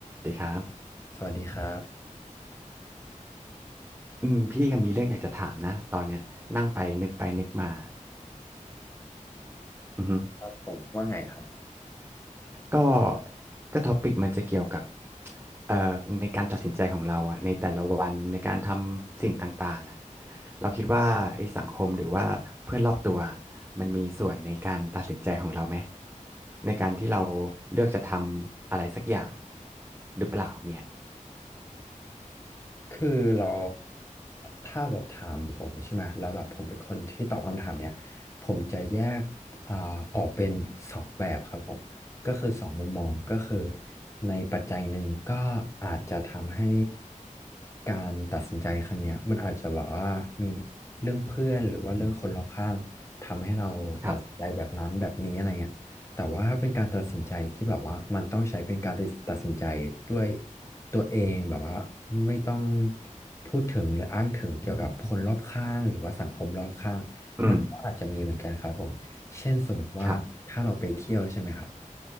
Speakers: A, on the right (about 15°); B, on the left (about 20°).
A: ดีครับ
B: สวัสดีครับ
A: อืมพี่ก็มีเรื่องอยากจะถามนะตอนเนี้ยนั่งไปนึกไปนึกมาอือฮึ
B: ครับผมว่าไงครับ
A: ก็ก็ท็อปิกมันจะเกี่ยวกับเอ่อในการตัดสินใจของเราอ่ะในแต่ละวันในการทำสิ่งต่างๆอ่ะเราคิดว่าไอ้สังคมหรือว่าเพื่อนรอบตัวอะมันมีส่วนในการตัดสินใจของเราไหมในการที่เราเลือกจะทำอะไรสักอย่างหรือเปล่าเนี่ย
B: คือเราถ้าแบบถามผมใช่ไหมแล้วแบบผมเป็นคนที่ตอบคำถามเนี้ยผมจะแยกอ่าออกเป็นสองแบบครับผมก็คือสองมุมมองก็คือในปัจจัยหนึ่งก็อาจจะทำให้การตัดสินใจครั้งเนี้ยมันอาจจะแบบว่ามีเรื่องเพื่อนหรือว่าเรื่องคนรอบข้างทำให้เราตัดสินใจแบบนั้นแบบนี้อะไรเงี้ยแต่ว่าถ้าเป็นการตัดสินใจที่แบบว่ามันต้องใช้เป็นการตัดสินใจด้วย
A: ครับ
B: ตัวเองแบบว่าไม่ต้องพูดถึงหรืออ้างถึงเกี่ยวกับคนรอบข้างหรือว่าสังคมรอบข้างมันก็อาจจะมีเหมือนกันครับผมเช่นสมมติว่าถ้าเราไปเที่ยวใช่ไหมครับ
A: อืมครับ